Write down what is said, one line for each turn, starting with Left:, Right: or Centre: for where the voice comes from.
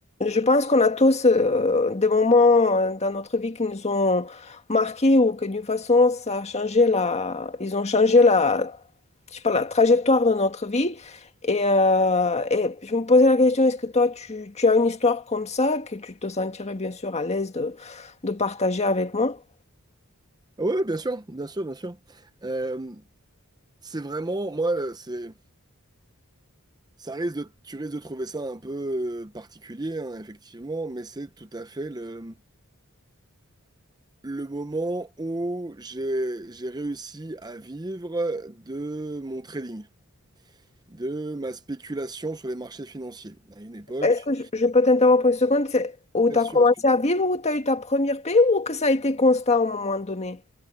Left: Je pense qu'on a tous euh, des moments euh, dans notre vie qui nous ont marqués ou que d'une façon, ça a changé la... ils ont changé la, je sais pas, la trajectoire de notre vie. Et, euh, et je me posais la question, est-ce que toi, tu, tu as une histoire comme ça que tu te sentirais bien sûr à l'aise de, de partager avec moi?
Right: Oui, oui, bien sûr, bien sûr, bien sûr. Euh, c'est vraiment, moi, euh, c'est, ça risque de, tu risques de trouver ça un peu euh, particulier, hein, effectivement, mais c'est tout à fait le, le moment où j'ai, j'ai réussi à vivre de mon trading, de ma spéculation sur les marchés financiers. À une époque,
Left: Est-ce que je, je peux t'interrompre une seconde? C'est où
Right: bien
Left: tu as
Right: sûr,
Left: commencé
Right: excuse
Left: à vivre, où tu as eu ta première paix ou que ça a été constant à un moment donné?